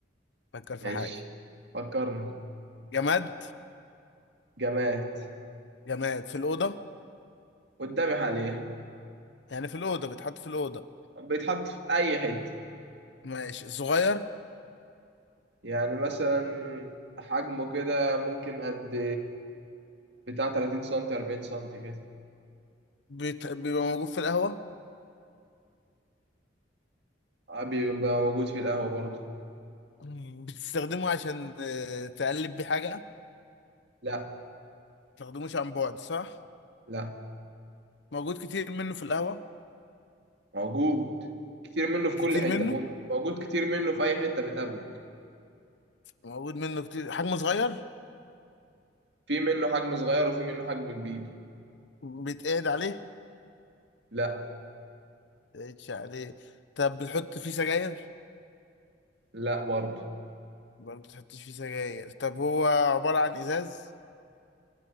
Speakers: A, on the left; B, on the right.
A: فكر في
B: ماشي
A: حاجه
B: فكرنا
A: جماد
B: جماد
A: جماد في الاوضه
B: قدامي حاليا
A: يعني في الاوضه بيتحط في الاوضه
B: بيتحط في أي حتة
A: ماشي صغير
B: يعني مثلا حجمه كده ممكن قد بتاع 30 سنتي 40 سنتي كده
A: بت... بيبقى موجود في القهوه
B: آه، بيبقى موجود في القهوة برضه
A: مم، بتستخدمه عشان آه، تقلب بيه حاجة ما
B: لا
A: بتستخدموش عن بعد صح
B: لا
A: موجود كتير منه في القهوة
B: موجود كتير منه في
A: كتير
B: كل حتة
A: منه
B: ممكن موجود كتير منه في أي حتة بتقابلك
A: موجود منه كتير حجمه صغير
B: في منه حجم صغير وفي منه حجم كبير
A: بيتقعد عليه
B: لا
A: بيتقعدش عليه طب بتحط فيه سجاير
B: لا برضه
A: برضه بتحطش فيه سجاير طب هو عبارة عن إزاز